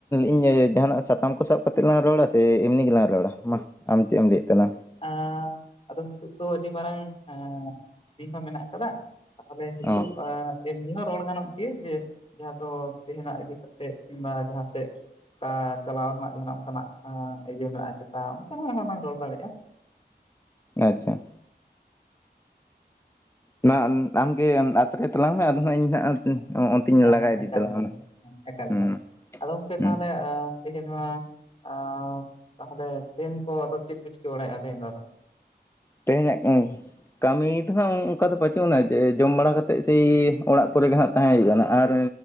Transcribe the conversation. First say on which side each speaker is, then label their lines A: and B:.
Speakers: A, on the left; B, on the left.
A: ᱤᱧ ᱡᱟᱦᱟᱸᱱᱟᱜ ᱥᱟᱛᱟᱢ ᱠᱚ ᱥᱟᱵ ᱠᱟᱛᱮᱜ ᱞᱟᱝ ᱨᱚᱲᱟ ᱥᱮ ᱮᱢᱱᱤ ᱜᱮᱞᱟᱝ ᱨᱚᱲᱟ? ᱢᱟ ᱟᱢ ᱪᱮᱫ ᱮᱢ ᱞᱟᱹᱭᱮᱫ ᱛᱟᱞᱟᱝᱼᱟ ᱾
B: ᱟᱸᱻ ᱟᱫᱚ ᱱᱤᱛᱳᱜ ᱫᱚ ᱟᱹᱰᱤ ᱢᱟᱨᱟᱝ ᱦᱮᱸ᱾ ᱥᱤᱧ ᱦᱚᱸ ᱢᱮᱱᱟᱜ ᱟᱠᱟᱫᱟ ᱛᱟᱦᱚᱞᱮ ᱱᱤᱛᱚᱜ
A: ᱚ
B: ᱟ ᱾ ᱮᱢᱱᱤ ᱦᱚᱸ ᱨᱚᱲ ᱜᱟᱱᱚᱜ ᱜᱮᱭᱟ ᱡᱮ ᱡᱟᱦᱟᱸ ᱫᱚ ᱛᱮᱦᱮᱱᱟᱜ ᱤᱫᱤ ᱠᱟᱛᱮᱜ ᱠᱤᱢᱵᱟ ᱡᱟᱦᱟᱸ ᱥᱮᱫ ᱪᱤᱠᱟ ᱪᱟᱞᱟᱣ ᱨᱮᱱᱟᱜ ᱡᱟᱦᱟᱱᱟᱜ ᱚᱱᱠᱟᱱᱟᱜ ᱟ ᱤᱭᱟᱹ ᱢᱮᱱᱟᱜᱼᱟ ᱪᱮᱛᱟ ᱚᱱᱠᱟᱱᱟᱜ ᱦᱚᱸᱞᱟᱝ ᱨᱚᱲ ᱫᱟᱲᱮᱜᱼᱟ᱾
A: ᱟᱪᱪᱷᱟ᱾ ᱚᱱᱟ ᱟᱢ ᱟᱢᱜᱮ ᱟᱛᱨᱮ ᱛᱟᱞᱟᱝ ᱢᱮ ᱟᱫᱚ ᱱᱟᱦᱟᱸᱜ ᱤᱧ ᱦᱟᱸᱜ
B: ᱟᱪᱪᱷᱟ
A: ᱚᱸ ᱚᱱᱛᱮᱧ
B: ᱦᱮᱸ
A: ᱞᱟᱜᱟ
B: ᱦᱮᱸ
A: ᱤᱫᱤ
B: ᱮᱠᱟᱞ
A: ᱛᱟᱞᱟᱝᱼᱟ
B: ᱮᱠᱟᱞ
A: ᱚᱱᱟ,
B: ᱦᱮᱸ ᱮᱠᱟᱞ
A: ᱦᱩᱸ
B: ᱮᱠᱟᱞ ᱟᱫᱚ ᱠᱮ
A: ᱦᱩᱸ᱾
B: ᱛᱟᱞᱦᱮ ᱮ ᱛᱮᱦᱤᱧ ᱱᱚᱣᱟ ᱟᱨ ᱛᱟᱦᱚᱞᱮ ᱫᱮᱧ ᱠᱚ ᱟᱫᱚ ᱪᱮᱫ ᱠᱚ ᱪᱤᱠᱟᱹ ᱵᱟᱲᱟᱭᱮᱜ-ᱟ ᱛᱮᱦᱮᱧ ᱫᱚ ᱟᱫᱚ?
A: ᱛᱮᱦᱮᱧᱟᱜ ᱠᱟᱹᱢᱤ ᱠᱟᱹᱢᱤ ᱫᱚ ᱱᱟᱦᱟᱜ ᱚᱝᱠᱟ ᱫᱚ ᱵᱟᱹᱪᱩᱜ ᱟᱱᱟ ᱡᱮ ᱡᱚᱢ ᱵᱟᱲᱟ ᱠᱟᱛᱮᱜ ᱥᱮᱭ ᱚᱲᱟᱜ ᱠᱚᱨᱮᱜᱮ ᱱᱟᱦᱟᱜ ᱛᱟᱦᱮᱸ ᱦᱩᱭᱩᱜᱼᱟ ᱠᱟᱱᱟ, ᱟᱨ